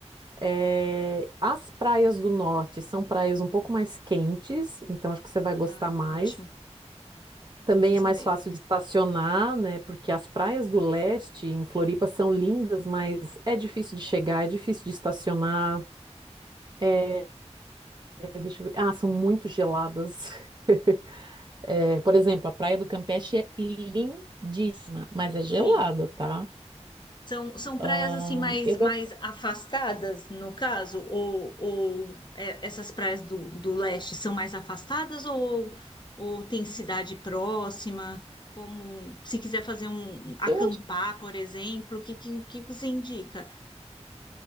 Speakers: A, on the right (about 40°); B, on the left (about 40°).
A: É, as praias do norte são praias um pouco mais quentes, então acho que você vai
B: Ah,
A: gostar mais.
B: é ótimo.
A: Também
B: Bom saber.
A: é mais fácil de estacionar, né? Porque as praias do leste em Floripa são lindas, mas é difícil de chegar, é difícil de estacionar. É, deixa eu ver. Ah, são muito geladas. <laughs> É, por exemplo, a Praia do Campeche é lindíssima, mas é gelada,
B: Sim.
A: tá?
B: São, são praias
A: Ahn,
B: assim mais,
A: eu,
B: mais
A: gosto-
B: afastadas, no caso, ou, ou é, essas praias do, do leste são mais afastadas ou, ou tem cidade próxima? Como se quiser fazer um um, acampar,
A: eu
B: por exemplo, o que, que, que você indica?